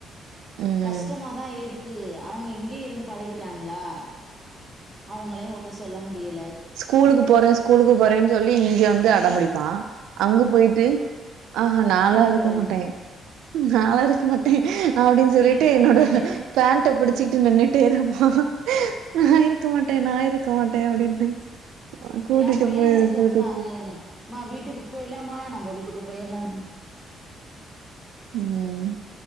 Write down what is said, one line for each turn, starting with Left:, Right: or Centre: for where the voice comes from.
Right: ம்
Centre: கஷ்டமாதா இருக்கு அவங்க இங்கயே இருந்து பழகிட்டாங்களா அவங்களையு ஒண்ணு சொல்ல முடியல
Right: கூலுக்கு போறே ஸ்கூலுக்கு போறேன் சொல்லி இங்க வந்து அடம்பிடிப்பா அங்க போயிட்டு ஆஹா நாலா
Centre: வீட்டுக்கு
Right: இருக்க
Centre: வரேங்க
Right: மாட்டே நாலா இருக்க மாட்டே அப்டின் சொல்லிட்டு
Centre: இன்னைக்கு கூட்டிட்டு
Right: என்னோட
Centre: போய்
Right: பேண்ட புடிச்சிகிட்டு நின்னு டேராப்பா நா இருக்க மாட்டே நா இருக்க மாட்டே அப்டின்னு கூட்டிட்டு
Centre: ஏ பையனெ
Right: போயிரு
Centre: நேத்து
Right: கூட்டிட்டு
Centre: அப்டிதா இங்காருங்க
Right: போயிரு
Centre: மா வீட்டுக்கு போயிரலாமா நம்ப வீட்டுக்கு போயிரலாம்
Right: ம்